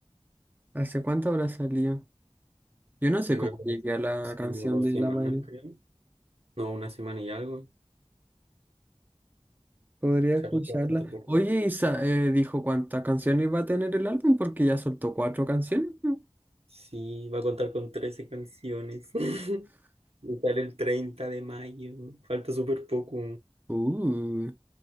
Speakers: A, on the right; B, on the right.
A: ¿Hace cuánto habrá salido? Yo no sé
B: Yo
A: cómo
B: creo que
A: llegué a la
B: hace
A: canción
B: como dos
A: de
B: semanas,
A: La Miley.
B: creo. No, una semana y algo.
A: Podría
B: Salió
A: escucharla.
B: hace bastante poco.
A: Oye, Isa, eh, dijo cuántas canciones va a tener el álbum porque ya soltó cuatro canciones. ¿no?
B: Sí, va a contar con 13 canciones. <laughs> Y sale el 30 de mayo. Falta súper poco.
A: Uh.